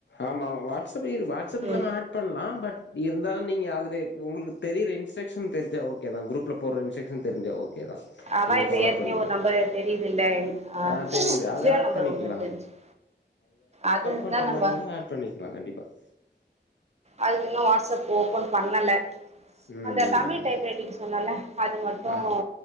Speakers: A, on the left; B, on the right.
A: ஆமா வாஸ் வாடஸ்அப் இல்லாமல்
B: ம்
A: ஆட் பண்ணலாம் பட் இருந்தாலும் நீங்க அதுல உங்களுக்கு தெரியிற இன்ஸ்ரஷ தெரி்ச ஓகோதான் குரப்ல போடுற இன்ஸ்டரக்ஷ தெரிஞ்சா ஓகே தா
B: அவா
A: நீங்க
B: இப்ப
A: ஃபாலோ
B: ஏற்கன
A: பண்ணிக்க
B: ஒரு நம்பர் தெரியுதுலா ஹான்
A: ஆ தெரியுது அத
B: ஜியோ
A: ஆட்
B: நம்பர்
A: பண்ணிக்கலா
B: ஒண்ணு இருக்கு எனக்கு தெரிஜி அது இருந்தா
A: பன்ற
B: நம்ம
A: மாரி இருந்த ஆட் பண்ணிக்கலாம் கண்டப்பா <inaudible>
B: அதுக்கு இன்னும் வாட்ஸ்அப் ஓப்பன் பண்ணல
A: ம்
B: அந்த தமிழ்
A: ம்
B: டைப் ரைட்டிங் சொன்னல அது மட்டும்
A: ஆ